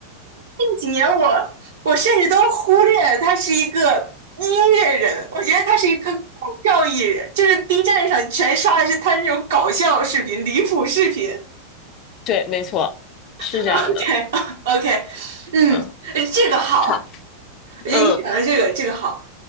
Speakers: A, on the right; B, on the left.
A: 近几年我我甚至都忽略他是一个音乐人，我觉得他是一个搞笑艺人，就是 B 站上全刷的是他那种搞笑视频、离谱视频。
B: 对，没错，是这样的。
A: <laughs> OK OK，嗯，
B: 嗯，
A: 这个好，
B: 好，
A: 我觉得你讲的这个这个好，
B: 嗯，